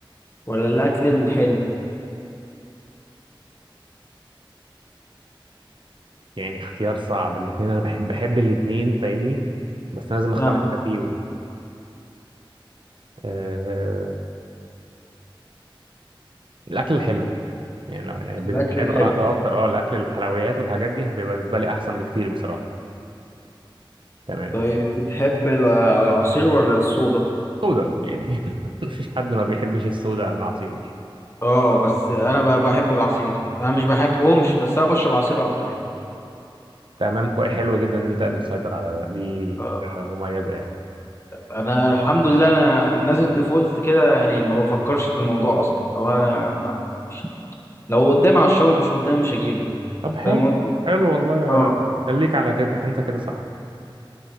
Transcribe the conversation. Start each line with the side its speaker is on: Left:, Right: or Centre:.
Left: ولا الاكل الحلو
Right: يعني اختيار صعب الاثنين انا بحب بحب الاثنين فاهمني بس انا لازم اختار
Left: فاهمك
Right: حاجه فيهم آه... الاكل الحلو يعني لو يعني بالنسبه
Left: الاكل
Right: لي
Left: الحلو
Right: بقى ده اكتر اه الاكل الحلويات والحاجات دي هيبقى بالنسبه لي احسن بكتير بصراحه تمام
Left: طيب بتحب ال- العصير ولا الصودا
Right: سودا يعني <laughs> مفيش حد ما بيحبش السودا عن العصير
Left: اه بس انا بقى بحب العصير انا مش بحبهمش بس انا بشرب عصير اكتر يعني
Right: تمام كوي. حلو جدا ان انت قادر تسيطر على ده. دي
Left: آه.
Right: حاجه مميزه يعني
Left: انا الحمد لله انا نازل ديفولت كده يعني ما بفكرش في الموضوع اصلا هو انا ما... لو قدامي هشربه مش قدامي مش هجيبه
Right: طب حلو
Left: فاهم قصدي
Right: حلو والله
Left: اه
Right: خليك على كده انت كده صح